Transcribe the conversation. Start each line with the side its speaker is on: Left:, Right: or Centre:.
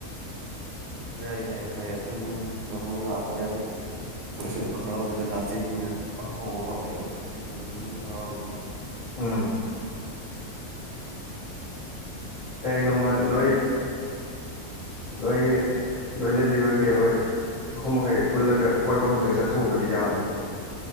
Right: ꯌꯥꯏ ꯌꯥꯏ ꯐꯩ ꯑꯗꯨꯅꯤ ꯃꯣꯏ ꯂꯥꯛꯄ ꯃꯣꯏꯁꯨ ꯍꯔꯥꯎꯗꯨꯗ ꯂꯥꯛꯆꯩꯅꯤꯅ ꯑꯍꯥꯎꯕ ꯑꯃ ꯀꯩ ꯄꯤꯛꯟꯗꯨ ꯃꯣꯏꯁꯨ ꯍꯔꯥꯎꯗꯅꯤ
Left: ꯑꯥ ꯍꯌꯦꯡ ꯅꯣꯡꯃ ꯅꯣꯏ ꯅꯣꯏꯒꯤ ꯂꯣꯏꯅ ꯕꯤꯕ ꯀ ꯑꯣꯏꯣꯏ ꯑꯍꯨꯝ ꯃꯈꯩ ꯄꯨꯜꯂꯒ ꯀꯣꯏꯐꯝ ꯑꯗꯨ ꯆꯠꯊꯣꯛꯎꯕꯗꯤ ꯌꯥꯕꯅꯤ